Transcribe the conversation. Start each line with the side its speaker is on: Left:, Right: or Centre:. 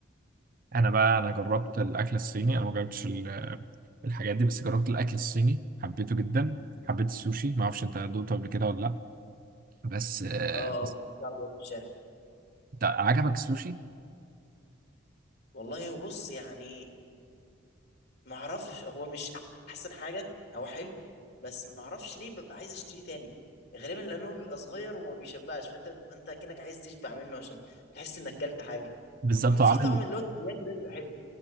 Right: انا بقى انا جربت الاكل الصيني انا ما جربتش ال- الحاجات دي بس جربت الاكل الصيني حبيته جدا حبيت السوشي ما اعرفش انت دوقته قبل كده ولا لا بس آه،
Left: اه
Right: بس-
Left: اه بتاع عربيات في الشارع
Right: ده عجبك السوشي
Left: والله وبص يعني ما اعرفش هو مش احسن حاجه هو حلو بس ما اعرفش ليه ببقى عايز اشتريه تاني غالبا لانه بيبقى صغير وما بيشبعش فانت بتبقى انت كأنك عايز تشبع منه عشان تحس انك اكلت حاجه
Right: بالظبط
Left: هو في
Right: عامل
Left: طعم اللي هو الترياكي ده بيبقى حلو